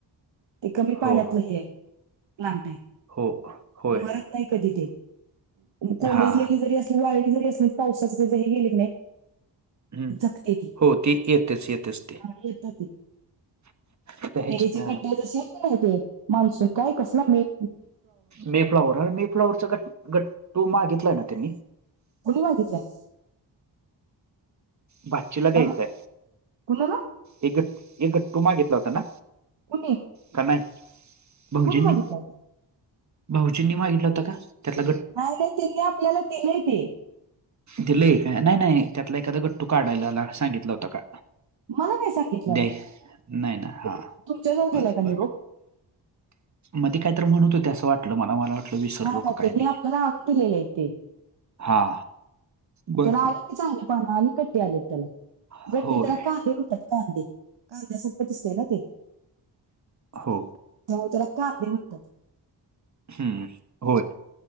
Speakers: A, on the right; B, on the right.
A: ते कमी पाण्यातलं
B: हो
A: हे आहे प्लांटाय.
B: हो होय
A: मरत नाही कधी ते कोमेजलेली
B: हा
A: जरी अस की वाळी जरी असली पावसाच जरी हे गेल की नाही
B: हम्म.
A: जगते ती
B: हो येतेच येतेच ती
A: ह यत ते --
B: तर ह्याची
A: ते हेचे गड्डे्या जसे आहेत की नाही ते मान्सून काय कसलं मेप
B: मे फ्लॉवर मेपलावरचा गट गट्टू मागितलाय ना त्यांनी --
A: कुणी मागितलाय?
B: भाचीला द्यायचंय
A: मला कुणाला
B: एक गट एक गट्टू मागितला होता ना?
A: कुणी?
B: का नाही भाऊजींनी
A: कुणी मागितलंय
B: भाऊजींनी मागितलं होत का? त्यातला
A: नाही नाही त्यांनी आपल्याला दिलेय ते
B: दिलय काय? नाही, नाही त्यातला एखादा गट्टु काढायला ला सांगितला होत का?
A: मला नाही सांगितल्या
B: द्याय
A: ला
B: नाही ना हा
A: म तुमच्या जवळ देलाय
B: बरं
A: काय
B: बरं
A: निरोप
B: मध्ये काहीतर म्हणत होते असं वाटलं मला मला वाटलं विसरलो
A: नाही नाही
B: का काय
A: त्यांनी
B: मी
A: आपल्याला आणुन दिलेले आहे ते
B: हा. बरं
A: त्याला आलेत ते चांगले पानं आणि कट्टी आलेत त्याला
B: होय.
A: गड्डे त्याला कांदे म्हणतात कांदे कांद्या सारख दिसतय ना ते.
B: हो.
A: हो त्याला कांदे म्हणतात
B: हम्म होय.